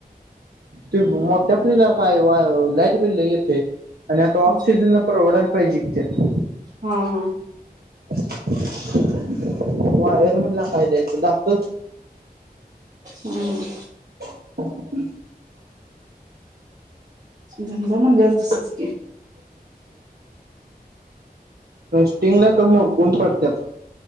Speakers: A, on the right; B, on the right.
A: ते मोठ्या फ्रिजला काय वा लाईट बिल लई येतंय. आणि आता ऑफ
B: हा
A: सीजनला परवडंल. पाहिजी की त्यात
B: अ हं.
A: <inaudible> वायरमनला काय द्यायचं दातं.
B: हम्म.
A: ह <inaudible>
B: धंदा म्हणल्यावर तसच की
A: स्टिंगला तर मोडकून पडत्यात.